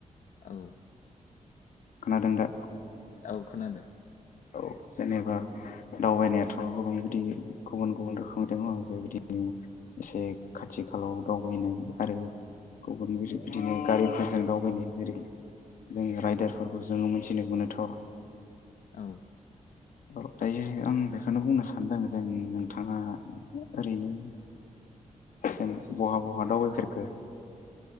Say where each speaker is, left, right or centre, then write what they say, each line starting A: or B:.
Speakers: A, on the left; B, on the left.
A: औ
B: खोनादों दा
A: औ खोनादों
B: औ जेनेबा दावबायनायाथ' गोबां बिदि गुबुन गुबुन रोखोमै दङ जे बिदिनो एसे खाथि खालाव दावबायनाय आरो गुबुन बिदिनो गारिफोरजों दाव बायनाय जेरै जों राइदारफोरखौ जोङो मिनथिनो मोनोथ'
A: औ
B: औ दायो आं बेखौनो बुंनो सानदों जों नों थाङा ओरैनो जेन बहा बहा दावबायफेरखो